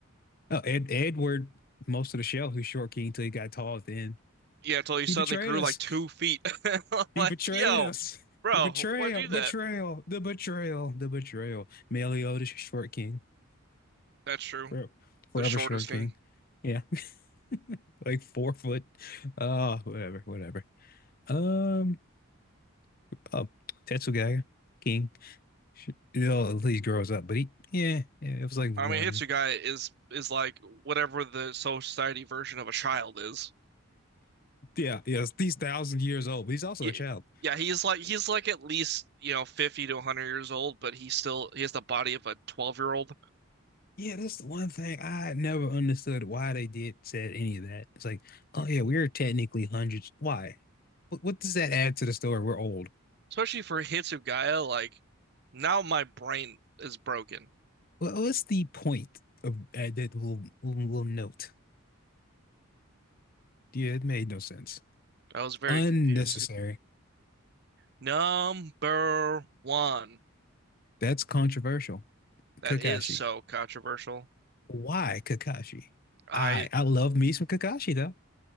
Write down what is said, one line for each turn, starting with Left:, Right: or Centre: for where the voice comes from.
Left: oh, Ed, Edward, most of the show, who's short king until he got tall at the end.
Right: Yeah, until you
Left: He
Right: suddenly
Left: betrayed
Right: grew
Left: us.
Right: like two feet. <laughs>
Left: He
Right: Like,
Left: betrayed
Right: yo,
Left: us. <laughs>
Right: bro,
Left: The betrayal,
Right: why'd you do
Left: betrayal,
Right: that?
Left: the betrayal, the betrayal. Meliodas, short king,
Right: That's true.
Left: forever, forever
Right: the shortest
Left: short
Right: king.
Left: king. Yeah, <laughs> like four foot. Oh, whatever, whatever. Um, oh, Tetsugaga, king. Sh- You know, he grows up, but he, yeah, yeah, it was like
Right: I
Left: one.
Right: mean, Hitsugai is is like whatever the society version of a child is.
Left: Yeah, yeah, he's thousand years old, but he's also
Right: Yeah,
Left: a child.
Right: yeah, he's like he's like at least, you know, 50 to 100 years old, but he still he has the body of a 12-year-old.
Left: Yeah, that's the one thing I never understood why they did said any of that. It's like, oh yeah, we're technically hundreds. Why? What, what does that add to the story? We're old.
Right: Especially for Hitsugaya, like now my brain is broken.
Left: What, what's the point of uh, that little, little little note? Yeah, it made no sense.
Right: I was very
Left: Unnecessary.
Right: confused. Number one.
Left: That's controversial. Kakashi.
Right: That is so controversial.
Left: Why Kakashi?
Right: I
Left: I I love me some Kakashi though.